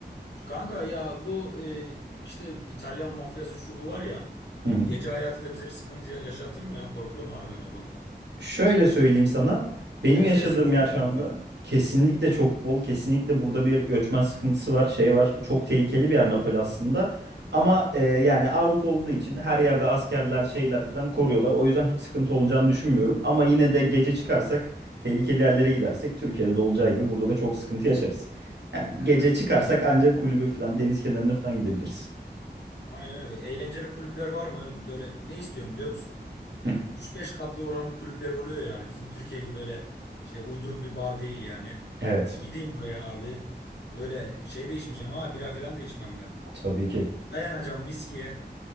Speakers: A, on the left (about 80°); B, on the right (about 80°).
A: Kanka ya bu e, işte İtalyan mafyası şu bu var ya.
B: <laughs>
A: Gece hayatında bize bir sıkıntı ya- yaşatır mı ya? Korkuyorum ha ben o konuda.
B: Şöyle söyleyeyim sana. Benim
A: Serserisi
B: yaşadığım
A: bol
B: yer
A: mu
B: şu
A: yani
B: anda
A: oranın?
B: kesinlikle çok bol. Kesinlikle burada bir göçmen sıkıntısı var. Şey var. Çok tehlikeli bir yer Napoli aslında. Ama e, yani Avrupa olduğu için her yerde askerler şeyler falan koruyorlar. O yüzden hiç sıkıntı olacağını düşünmüyorum. Ama yine de gece çıkarsak tehlikeli yerlere gidersek Türkiye'de de olacağı gibi burada da çok sıkıntı yaşarız. Yani
A: Ee,
B: gece çıkarsak ancak kulübe falan deniz kenarına falan gidebiliriz.
A: aynen öyle. Eğlenceli kulüpler var mı? Böyle ne istiyorum biliyor musun?
B: Hı.
A: Böyle 3-5 katlı oranın kulüpleri oluyor yani. Bizim Türkiye gibi böyle şey uyduruk bir bar değil yani.
B: Evet.
A: Gideyim oraya abi. Öyle şey de içmeyeceğim ha. Bira falan da içmem ben.
B: Tabii ki.
A: Dayanacağım viskiye.